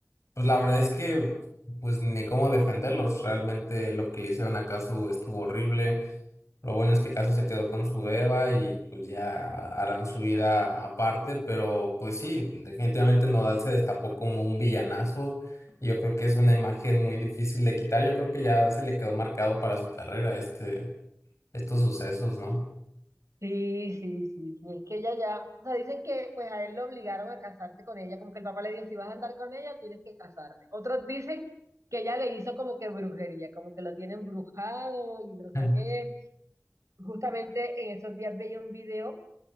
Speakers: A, on the left; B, on the right.
A: pues la verdad es que pues ni cómo defenderlos. Realmente lo que le hicieron a Casu estuvo horrible. Lo bueno es que Caso se quedó con su Eva y pues ya harán su vida aparte, pero pues sí, definitivamente Nodal se destapó como un villanazo y yo creo que es una imagen muy difícil de quitar. Yo creo que ya se le quedó marcado para su carrera este, estos sucesos, ¿no?
B: Sí, sí, sí, sí, es que ella ya, o sea, dicen que pues a él lo obligaron a casarse con ella, como que el papá le dijo, si vas a andar con ella, tienes que casarte. Otros dicen que ella le hizo como que brujería, como que lo tiene embrujado y no sé
A: Mm.
B: qué. Justamente en esos días veía un video